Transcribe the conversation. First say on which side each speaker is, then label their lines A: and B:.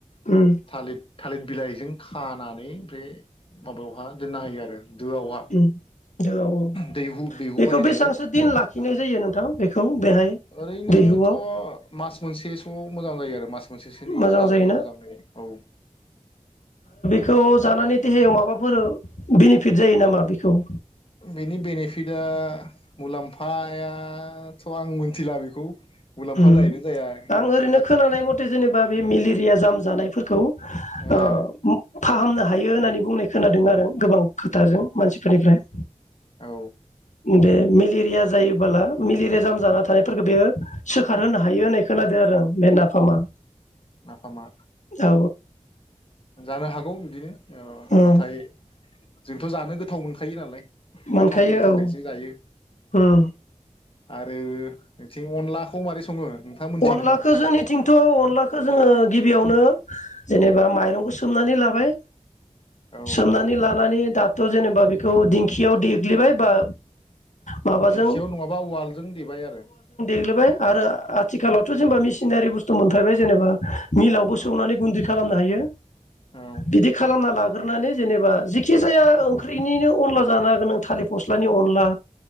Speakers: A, on the left (about 80°); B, on the left (about 45°).
A: उम
B: थालिर थालिर बिलाइजों खानानै बे माबायावहा दोनना होयो आरो दोआवहा
A: उम औ औ
B: दैहु दैहु
A: बेखौ
B: बायदि थायो
A: बेसेबांसो दिन लाखिनाय
B: आरो
A: जायो नोंथां बेखौ बेहाय
B: ओरैनोथ
A: दैहुआव
B: मास मोनसेसो मोजां जायो आरो मास मोनसेसोनिया
A: मोजां
B: जाजायो
A: जायोना
B: मोजांङै औ
A: खौ जानानै देहायाव माबाफोर बेनिफिट जायो नामा बेखौ
B: बेनि बेनिफिटआ मुलाम्फायाथ आं मिथिला बेखौ मुलाम्फा
A: उम
B: जाहैनो जाया
A: आं ओरैनो
B: बाट
A: खोनानाय मथे जेनेबा बे
B: ओम
A: मेलेरिया जाम जानायफोरखौ ओ
B: ए
A: फाहामनो हायो हायो होननानै बुंनाय खोनादों आरो गोबां खोथाजों मानसिफोरनिफ्राय
B: औ।
A: बे मेलेरिया जायोबोला मेलेरिया जाम जाना थानायफोरखौ बेयो। सोखार होनो हायो होननाय खोनादों आरो बे नाफामा।
B: नाफामा
A: औ
B: जानो हागौ। बि औ
A: उम
B: नाथाय। जोंथ' जानो गोथाव मोनखायो नालाय।
A: मोनखायो
B: गोथावनि थाखायसो
A: औ
B: जायो
A: उम
B: आरो। बिथिं अनलाखौ मारै सङो नोंथाङा मोनथियो
A: अनलाखौ
B: नामा?
A: जोंनिथिंथ' अनलाखौ जोङो। गिबियावनो जेनेबा माइरंखौ सोमनानै लाबाय।
B: औ
A: सोमनानै लानानै। दाथ' जेनेबा बेखौ दिंखियाव देग्लिबाय बा। माबाजों
B: दिंखियाव नङाबा उवालजों देबाय आरो।
A: गोलैबाय आरो आथिखालावथ' जेनेबा मिसिनारि बुस्थु मोनफायबाय जेनेबा। मिलावबो
B: औ
A: सौनानै गुन्दै खालामनो हायो।
B: औ
A: बिदि खालामना ला ग्रोनानै जेनेबा जेखि जाया ओंख्रिनिनो अनला जानो हागोन नों थालिर फस्लानि अनला।